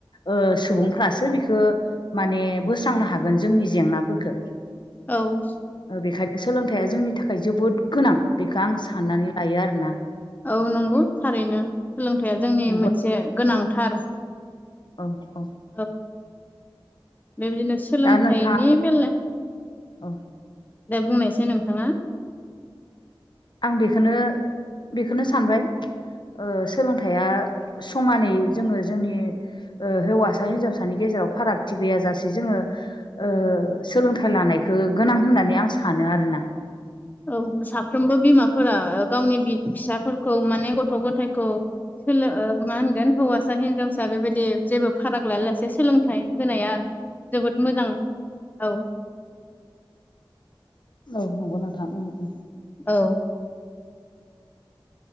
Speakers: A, on the left; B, on the left.
A: ओ सुबुंफ्रासो बिखौ माने बोस्रांनो हागोन जोंनि जेंनाफोरफोरखो।
B: औ।
A: बेखायनो सोलोंथाइया जोंनि थाखाय जोबोद गोनां बेखौ आं साननानै लायो आरोना।
B: औ नंगौ थारैनो सोलोंथाइया जोंनि
A: नंगौ
B: मोनसे गोनांथार
A: अ अ।
B: औ बेबायदिनो सोलोंथाइनि
A: दा नोंथाङा
B: बेला
A: औ
B: दा बुंनायसाय नोंथाङा
A: आं बेखौनो बेखौनो सानबाय। ओ सोलोंथाइया समानै जोङो जोंनि हौवासा हिनजावसानि गेजेराव फारागथि गैयाजासे जोङो ओ सोलोंथाइ लानायखौ गोनां होननानै आं सानो आरोना।
B: औ साफ्रोमबो बिमाफोरा गावनि फिसाफोरखौ माने गथ' गथायखौ सोलो मा होनगोन हौवासा हिनजावसा बेबायदि जेबो फाराग लायालासे सोलोंथाइ होनाया जोबोद मोजां औ।
A: औ नंगौ नोंथां उम उम।
B: औ।